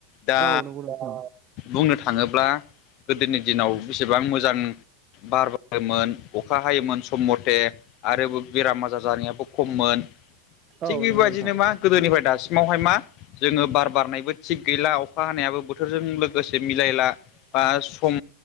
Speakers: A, on the left (about 50°); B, on the right (about 35°).
A: दा
B: औ नंगौ नोंथां
A: बुंनो थाङोब्ला गोदोनि दिनाव बेसेबां मोजां बार बारोमोन अखा हायोमोन सम मथे आरो बेराम आजार जानायाबो खममोन थिग
B: औ
A: बेबायदिनो
B: नंगौ नोंथां
A: मा गोदोनिफ्राय दासिमावहाय मा जोंङो बार बारनायबो थिग गैला अखा हानायाबो बोथोरजों लोगोसे मिलायला बा सम